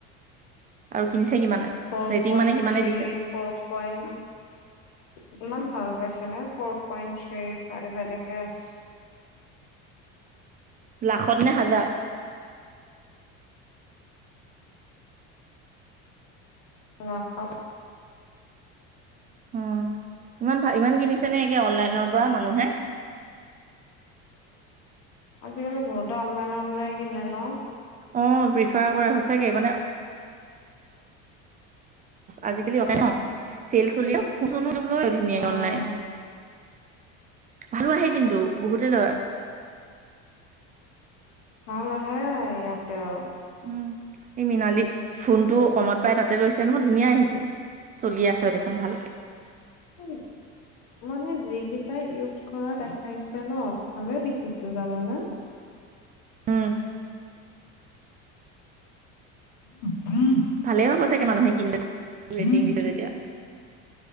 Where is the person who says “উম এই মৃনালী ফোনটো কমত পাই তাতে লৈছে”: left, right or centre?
Right